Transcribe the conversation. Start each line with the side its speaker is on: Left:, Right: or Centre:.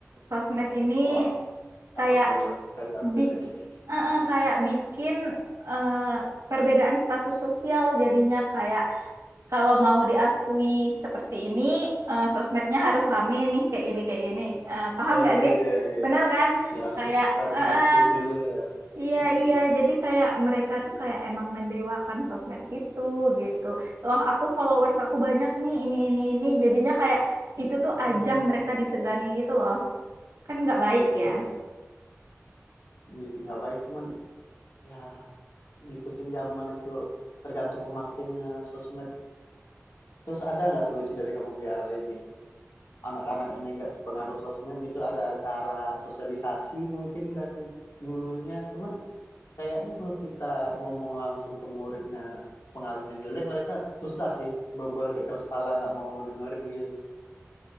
Right: sosmed ini
Left: Oh ap-
Right: kayak
Left: apapun yang dilakukan diupdate
Right: bik,
Left: ya. Iya.
Right: eh, eh,
Left: Hmm.
Right: kayak bikin eh, perbedaan status sosial jadinya kayak kalau mau diakui seperti ini eh, sosmednya harus rame nih kayak gini kayak gini. Eh, paham
Left: Oh
Right: nggak sih?
Left: iya, iya.
Right: Bener kan?
Left: Ya harus
Right: Kayak
Left: harus
Right: eh,
Left: ngartis
Right: eh,
Left: dulu ya.
Right: Iya,
Left: Hmm.
Right: iya. Jadi kayak mereka tuh kayak emang mendewakan sosmed gitu, gitu. Loh, aku followers aku banyak nih, ini, ini, ini. Jadinya kayak itu tuh
Left: Hmm,
Right: ajang mereka disegani gitu loh. Kan nggak baik
Left: iya
Right: ya.
Left: iya gitu nggak baik cuman ya ngikutin zaman itu tergantung pemakainya sosmed. Terus ada nggak solusi dari kamu biar ini anak-anak ini nggak terpengaruh sosmed gitu? Ada cara sosialisasi mungkin dari gurunya. Cuman kayaknya kalau kita ngomong langsung ke muridnya pengaruhnya jelek mereka susah sih. Beberapa keras kepala nggak mau dengerin gitu.